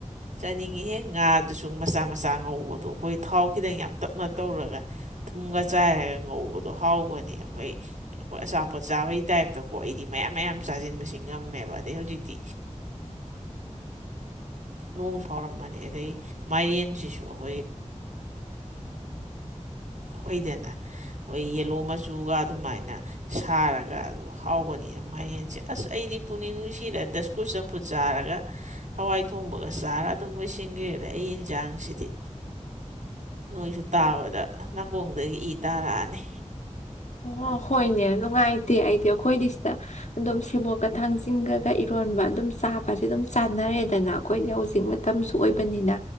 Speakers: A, on the right; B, on the left.
A: ꯆꯥꯅꯤꯡꯉꯤꯍꯦ ꯉꯥꯗꯨꯁꯨ ꯃꯆꯥ ꯃꯆꯥ ꯉꯧꯕꯗꯣ ꯑꯩꯈꯣꯏ ꯊꯥꯎ ꯈꯤꯇꯪ ꯌꯥꯝ ꯇꯞꯅ ꯇꯧꯔꯒ ꯊꯨꯝꯒ ꯆꯥꯏꯔꯒ ꯉꯧꯕꯗꯣ ꯍꯥꯎꯕꯅꯤ ꯑꯩꯈꯣꯏ ꯑꯩꯈꯣꯏ ꯑꯆꯥꯄꯣꯠ ꯆꯥꯕꯒꯤ ꯇꯥꯏꯞꯇꯀꯣ ꯑꯩꯗꯤ ꯃꯌꯥꯝ ꯃꯌꯥꯝ ꯆꯥꯁꯤꯟꯕꯁꯦ ꯉꯝꯃꯦꯕ ꯑꯗꯩ ꯍꯧꯖꯤꯛꯇꯤ ꯅꯣꯡ ꯁꯥꯎꯔꯝꯕꯅꯤ ꯑꯗꯩ ꯃꯥꯏꯔꯦꯟꯁꯤꯁꯨ ꯑꯩꯈꯣꯏ ꯑꯩꯈꯣꯏꯗꯅ ꯑꯩꯈꯣꯏ ꯌꯦꯜꯂꯣ ꯃꯆꯨꯒ ꯑꯗꯨꯃꯥꯏꯅ ꯁꯥꯔꯒ ꯑꯗꯨ ꯍꯥꯎꯕꯅꯤꯅ ꯃꯥꯏꯔꯦꯟꯁꯦ ꯑꯁ ꯑꯩꯗꯤ ꯄꯨꯛꯅꯤꯡ ꯅꯨꯡꯁꯤꯗ ꯗꯁꯀꯨꯁ ꯆꯝꯐꯨꯠ ꯆꯥꯔꯒ ꯍꯋꯥꯏ ꯊꯣꯡꯕꯒ ꯆꯥꯔ ꯑꯗꯨꯝ ꯂꯣꯏꯁꯤꯟꯈ꯭ꯔꯦꯗ ꯑꯩ ꯌꯦꯟꯁꯥꯡꯁꯤꯗꯤ ꯅꯣꯏꯁꯨ ꯇꯥꯕꯗ ꯅꯥꯀꯣꯡꯗꯒꯤ ꯏ ꯇꯥꯔꯛꯑꯅꯤ
B: ꯑꯣ ꯍꯣꯏꯅꯦ ꯅꯨꯡꯉꯥꯏꯇꯦ ꯑꯩꯗꯤ ꯑꯩꯈꯣꯏꯗꯤ ꯁꯤꯗ ꯑꯗꯨꯝ ꯁꯦꯕꯣꯠꯀ ꯊꯥꯡꯖꯤꯡꯒꯒ ꯏꯔꯣꯟꯕ ꯑꯗꯨꯝ ꯆꯥꯕꯁꯦ ꯑꯗꯨꯝ ꯆꯥꯟꯅꯔꯦꯗꯅ ꯑꯩꯈꯣꯏꯗꯤ ꯍꯧꯖꯤꯛ ꯃꯇꯝꯁꯨ ꯑꯣꯏꯕꯅꯤꯅ